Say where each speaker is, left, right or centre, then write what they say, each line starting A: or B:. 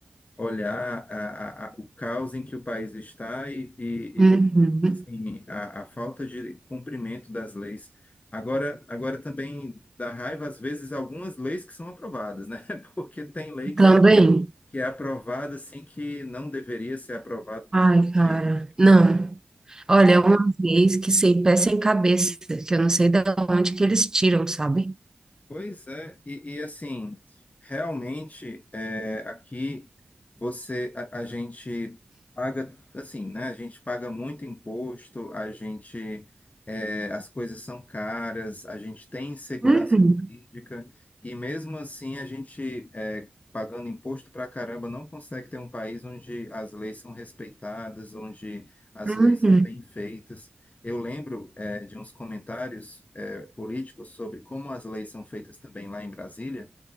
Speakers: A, on the left (about 40°); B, on the right (about 15°).
A: olhar a, a- a- o caos em que o país está e, e-
B: Uhum.
A: e, assim, a, a falta de cumprimento das leis. Agora, agora também dá raiva, às vezes, algumas leis que são aprovadas, né? <laughs> Porque tem lei
B: Também.
A: que é, que é aprovada assim que não deveria ser aprovada de
B: Ai,
A: jeito
B: cara.
A: nenhum,
B: Não.
A: né?
B: Olha, uma vez que sem pé sem cabeça, que eu não sei da onde que eles tiram, sabe?
A: Pois é, e, e, assim, realmente é, aqui você a, a gente paga assim, né? A gente paga muito imposto, a gente é, as coisas são caras, a gente tem insegurança
B: Uhum.
A: jurídica, e mesmo assim a gente é, pagando imposto pra caramba não consegue ter um país onde as leis são respeitadas, onde as
B: Uhum.
A: leis são bem feitas. Eu lembro é, de uns comentários políticos sobre como as leis são feitas também lá em Brasília,